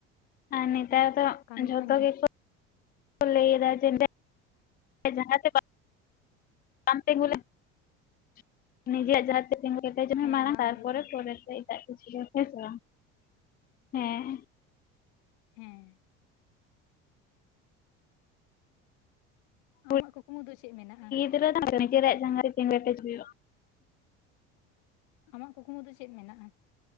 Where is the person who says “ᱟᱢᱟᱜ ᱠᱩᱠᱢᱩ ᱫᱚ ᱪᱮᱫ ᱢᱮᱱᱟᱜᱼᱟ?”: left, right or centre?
Left